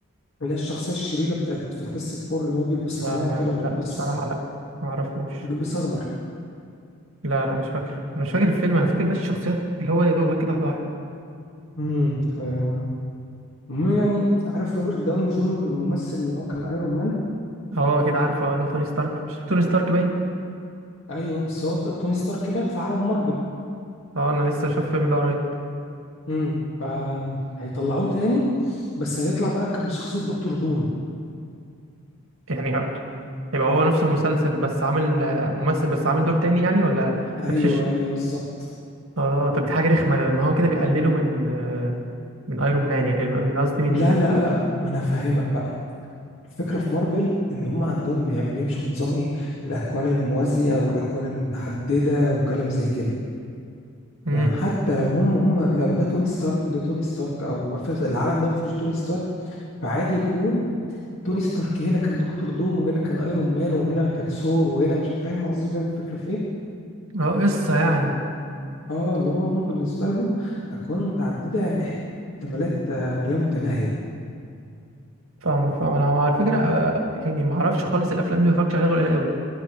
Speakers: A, on the left (about 65°); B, on the right (about 70°).
A: اللي هي الشخصية الشريرة بتاعت فانتاستيك فور اللي هو بيلبس
B: لا
A: قناع كده
B: لا
A: وبيلبس
B: لا بصراحة لا ما اعرفوش
A: بيلبس أخضر
B: لا لا مش فاكره انا مش فاكر الفيلم انا فاكر بس الشخصيات اللي هو يا دوبك كده واحدة واحدة
A: امم آه، المهم يعني عارف روبرت داوني جونيور الممثل اللي هو كان ايرون مان
B: اه كده عارفه اه اللي هو توني ستارك مش توني ستارك باين
A: أيوه بس هو ت- توني ستارك مات في عالم مارفل
B: اه انا لسه شايف الفيلم ده قريب
A: امم فهيطلعوه تاني بس هيطلع بقى كان بشخصية دكتور دوم
B: يعني ه- يبقى هو نفس المسلسل بس عامل آه، ممثل بس عامل دور تاني يعني ولا
A: أيوه
B: نفس
A: أيوه بالظبط
B: اه طب دي حاجة رخمة ده- ما هو كده بيقللوا من آه، من ايرون مان يعني من قصدي من
A: لا لا لا ما انا فاهمك بقى الفكره في مارفل ان هم عندهم بي- بيمشوا بنظام ايه الاكوان الموازيه والاكوان المتعدده وكلام زي كده
B: امم
A: فحتى لو هم هم لو ده توني ستارك وده توني ستارك او ما فيش العالم ده ما فيهوش توني ستارك فعادي يكون توني ستارك هنا كان دكتور دوم وهنا كان ايرون مان وهنا كان ثور وهنا مش فاهم قصدي فاهم الفكره في ايه
B: اه قصة يعني
A: اه اللي هو هم بالنسبه لهم اكوان متعدده يعني احتمالات آه، لا متناهيه
B: فاهمك فاهم انا على فكرة آه، يعني ما اعرفش خالص الافلام دي ما اتفرجتش عليها غير قليل قوي